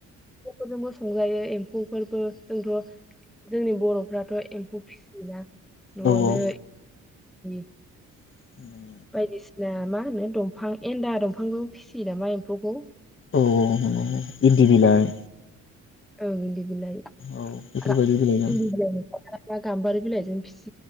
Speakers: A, in the centre; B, on the left (about 40°).
A: फोरजोंबो संजायो एमफौफोरबो। जोंथ' जोंनि बर' फ्राथ' एम्फौ फिसियोना। न'आवनो
B: औ औ
A: <inaudible>
B: <unintelligible>
A: बायदिसिना मा होनो दंफां एन्दा दंफांदों फिसियो नामा एम्फौखौ
B: औ औ औ नंगौ नंगौ इन्दि बिलाइ।
A: ओं इन्दि बिलाइ
B: औ बेफोरबायदि
A: गा
B: बिलाइजों
A: इन्दि बिलाइनि खायफा गाम्बारि बिलायजों फिसि